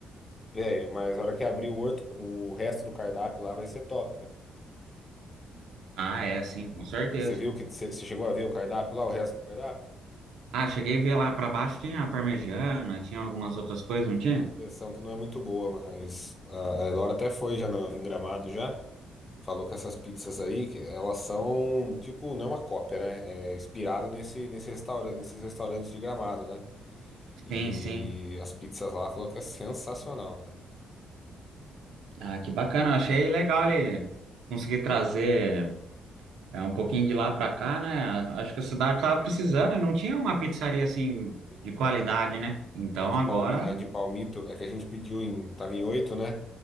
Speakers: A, on the left; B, on the right.
A: Velho, mas a hora que abrir o, outro, o resto do cardápio lá vai ser top, né?
B: Ah,
A: Olha,
B: é, sim, com certeza.
A: Você viu que você você chegou a ver o cardápio lá, o resto do cardápio?
B: Ah, cheguei a ver lá para baixo tinha a parmegiana, tinha algumas outras coisas,
A: É,
B: não tinha?
A: Dá a impressão que não é muito boa, mas a a Elora até foi já no, em Gramado já. Falou que essas pizzas aí, que elas são, tipo, não é uma cópia, né? É inspirado nesse, nesse restaurante, nesses restaurantes de Gramado, né? E
B: Sim, sim.
A: as pizzas lá falou que é sensacional, cara.
B: Ah, que bacana. Achei legal ele conseguir trazer é, um pouquinho de lá para cá, né? Acho que a cidade tava precisando e não tinha uma pizzaria assim
A: E
B: de qualidade, né? Então
A: A de
B: agora,
A: Palmi, a de Palmito é que a gente pediu em, tava em oito, né?